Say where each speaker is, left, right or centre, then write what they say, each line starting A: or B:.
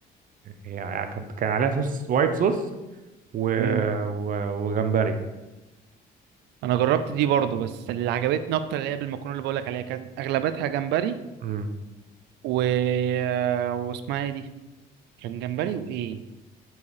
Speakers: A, on the right; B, on the right.
A: يعني كان كان عليها صوص وايت صوص و...
B: مم.
A: و... وجمبري
B: أنا جربت دي برضو بس اللي عجبتني أكتر اللي هي بالمكرونة اللي بقولك عليها كان أغلبتها جمبري
A: امم
B: و... آه، واسمها إيه دي كان جمبري وإيه